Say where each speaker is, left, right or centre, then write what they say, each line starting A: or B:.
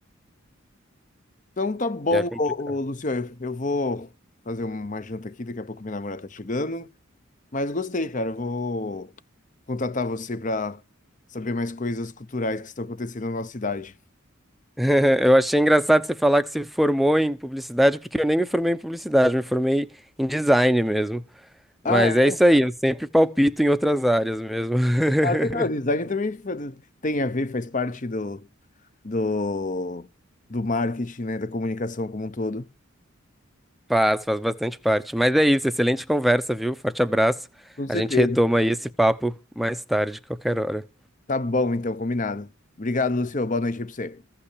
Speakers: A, on the left (about 35°); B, in the centre.
A: Então tá bom,
B: É complicado.
A: ô, ô, Luciano. Eu, eu vou fazer uma janta aqui, daqui a pouco minha namorada tá chegando. Mas gostei, cara. Eu vou contatar você para saber mais coisas culturais que estão acontecendo na nossa cidade.
B: <laughs> Eu achei engraçado você falar que se formou em publicidade, porque eu nem me formei em publicidade, eu me formei em design mesmo. Mas
A: Ah, é.
B: é isso aí, eu sempre palpito em outras áreas mesmo.
A: Ah, legal. Design
B: <laughs>
A: também fa- tem a ver, faz parte do, do, do marketing, né? Da comunicação como um todo.
B: Faz, faz bastante parte. Mas é isso, excelente conversa, viu? Forte abraço.
A: Com certeza.
B: A gente retoma aí esse papo mais tarde, qualquer hora.
A: Tá bom, então, combinado. Obrigado, Lucio. Boa noite aí pra você.